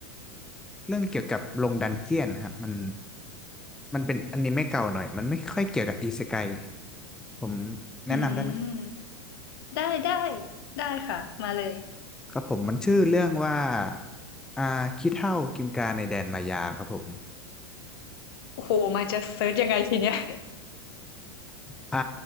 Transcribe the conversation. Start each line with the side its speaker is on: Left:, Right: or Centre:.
Centre: เรื่องเกี่ยวกับลงดันเจียนครับมันมันเป็นอนิเมะเก่าหน่อยมันไม่ค่อยเกี่ยวกับอิเซไกผมแนะนำได้ไหม
Left: อืมได้ได้ได้ค่ะ มาเลย
Centre: ครับผมมันชื่อเรื่องว่าอ่าขี้เถ้ากิมกาในแดนมายาครับผม
Left: โอ้โห มายจะเซิร์ชยังไงทีเนี้ย
Centre: <laughs> อ่า